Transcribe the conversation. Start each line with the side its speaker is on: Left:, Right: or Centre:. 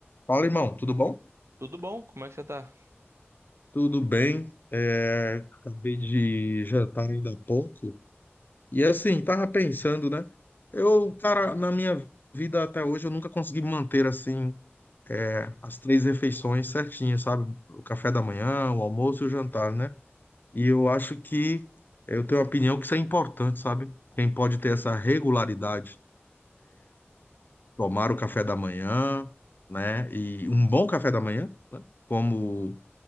Left: Fala, irmão, tudo bom?
Right: Tudo bom? Como é que você tá?
Left: Tudo bem. É, acabei de jantar ainda há pouco. E assim, tava pensando, né? Eu, cara, na minha vida até hoje, eu nunca consegui manter assim é, as três refeições certinhas, sabe? O café da manhã, o almoço e o jantar, né? E eu acho que eu tenho a opinião que isso é importante, sabe? Quem pode ter essa regularidade, tomar o café da manhã, né? E um bom café da manhã, né? Como